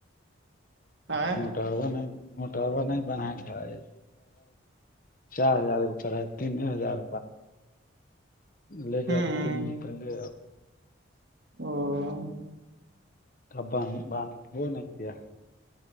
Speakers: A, on the right; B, on the left.
A: ا
B: موٹاروا نہیں موٹاروا نہیں بنایا گرہا ہے چار ہزار کرا ہے تین ہزار لے جا
A: ہوں
B: دی تین پہلے
A: <unintelligible>
B: تب باند باند وہ نہیں کیا